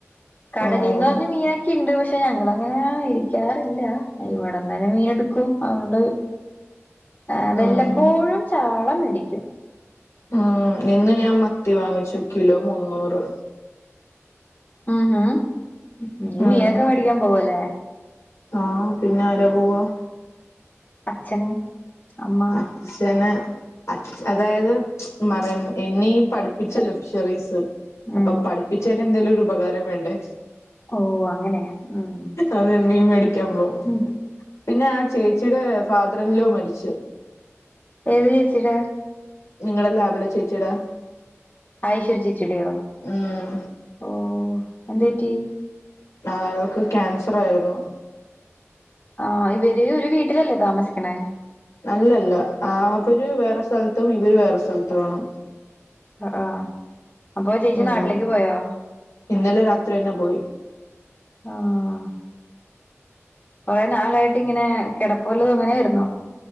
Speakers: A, on the left (about 35°); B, on the left (about 80°).
A: കടലീന്ന്
B: ഓഹ്
A: വന്ന മീനൊക്കെ ഉണ്ട് പക്ഷെ- ട്ടെ ഞങ്ങളങ്ങനെ മേടിക്കാറില്ല ഇവിടുന്ന് തന്നെ മീൻ എടുക്കും അതുകൊണ്ട് ആഹ് വല്ലപ്പോഴും
B: ഉം
A: ചാള മേടിക്കും
B: ഉം ഇന്ന് ഞാൻ മത്തി വാങ്ങിച്ചു കിലോ മുന്നൂറ്
A: ഉം ഉം നീ
B: ഉം
A: മീനൊക്കെ മേടിക്കാൻ പോവല്ലേ
B: ആഹ് പിന്നെ ആരാ പോവാ
A: അച്ഛൻ അമ്മ
B: അച്ഛന് അച്ഛ അതായത് മറയിൻ എന്നെയീ പഠിപ്പിച്ചല്ലോ ഫിഷറീസ്
A: ഉം
B: അപ്പം പഠിപ്പിച്ചേന് എന്തേലും ഒരു ഉപകാരം വേണ്ടേ
A: ഓഹ് അങ്ങനെ ഉം
B: അതെ മീൻ മേടിക്കാൻ പോവും
A: ഉം
B: പിന്നെ ആ ചേച്ചിയുടെ ഫാദറിൻ ലോ മരിച്ച്
A: ഏത് ചേച്ചിടെ
B: നിങ്ങടെ ലാബിലെ ചേച്ചീടെ
A: ഐശ്വര്യ ചേച്ചിടെയോ
B: ഉം
A: ഓഹ് എന്ത് പറ്റി
B: ആൾക്ക് ക്യാൻസർ ആയിരുന്നു
A: ആഹ് ഇവര് ഒരു വീട്ടിലല്ലേ താമസിക്കണെ
B: അല്ലല്ല അവര് വേറെ സ്ഥലത്തും ഇവര് വേറെ സ്ഥലത്തും വേണം
A: അഹ് ആഹ് അപ്പോ ചേച്ചി
B: ഉം
A: നാട്ടിലേക്ക് പോയോ
B: ഇന്നലെ രാത്രി ന്നെ പോയി
A: ആഹ് കൊറേ നാളായിട്ട് ഇങ്ങനെ കിടപ്പ്‌ വല്ലതും ങ്ങനെയാരുന്നോ?